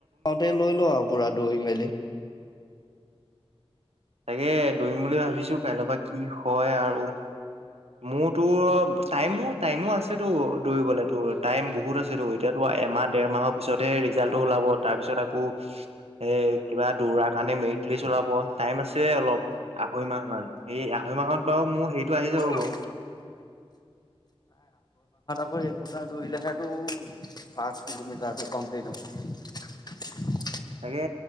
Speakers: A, on the left (about 40°); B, on the right (about 80°).
A: তহতে লৈ ল, আৰু পুৰা দোৰি মেলি।
B: তাকে দৌৰিম বুলি ভাবিছো কাইলৈ পা কি হয়, আৰু মোৰতো টাইমবু টাইমো আছেতো। দৌৰিবলে তোৰ টাইম বহুত আছেতো এতিয়াতো এমাহ দেৰ মাহৰ পিছতহে ৰিজাল্টো ওলাব তাৰ পিছত আকৌ এ কিবা দৌৰা কাৰণে মেৰিট লিষ্ট উলাব। টাইম আছে অলপ আঢ়ৈ মাহ মান। এই আঢ়ৈ মাহত বাৰু মোৰ হেৰিটো আহি যাব বাও।
A: অ' মই ৰেগুলাৰ দৌৰিলেহেতো পাঁচ কিলোমিটাৰটো কমপ্লিট হ'ব।
B: তাকে